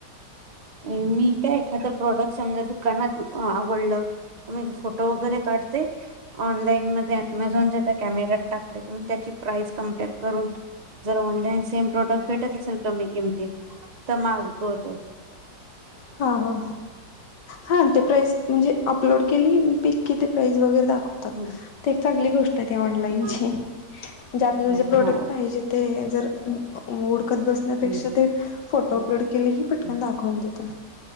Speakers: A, on the right; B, on the left.
A: <inaudible> एखाद प्रॉडक्ट समजा दुकानात आवडलं तर मी फोटो वगैरे काढते ऑनलाईन मध्ये अमेझॉनच्या त्या कॅमेरात टाकले किंवा त्याची प्राइस कम्पेअर करून जर ऑनलाईन सेम प्रोडक्ट भेटत असेल कमी किमती तर मागवते
B: हा हा हा ते प्राईज म्हणजे अपलोड केली मी किती प्राईज वगैरे दाखवतात
A: हम्म,
B: ते कणी त्या ऑनलाईनचे
A: हम्म,
B: म्ह जे आपल्याला
A: हम्म,
B: जे प्रोडक्ट
A: हा
B: पाहिजे ते जर <inaudible> हुडकत बसण्यापेक्षा
A: हम्म,
B: ते फोटो अपलोड केले ही पटकन
A: हम्म.
B: दाखव देत त